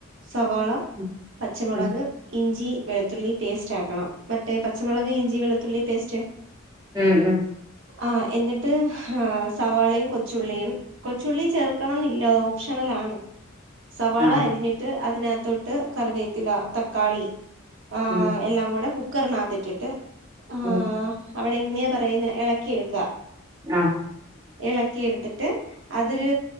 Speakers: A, on the right; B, on the right.
A: സവാള,
B: ഉം
A: പച്ചമുളക്,
B: ഉം
A: ഇഞ്ചി, വെള് ത്തുള്ളി പേസ്റ്റ് ആക്കണം മറ്റേ പച്ചമുളക് ഇഞ്ചി വെളുത്തുള്ളി പേസ്റ്റ്
B: ഉം ഉം
A: ആ എന്നിട്ട് സവാളയും കൊച്ചുള്ളിയും കൊച്ചുള്ളി ചേർക്കണം എന്നില്ല അത് ഓപ്ഷണൽ ആണ് സവാള
B: ആഹ്
A: അരിഞ്ഞിട്ട് അതിനകത്തോട്ട് കറിവേപ്പില തക്കാളി ആ
B: ഉം
A: എല്ലാം കൂടെ കുക്കറിനകത്തിട്ടിട്ട് ആ
B: ഉം
A: അവിടെ ഇങ്ങനെയ പറയുന്ന ഇളക്കിയെട്ക്ക
B: ആഹ്
A: ഇളക്കി എടുത്തിട്ട് അതൊരു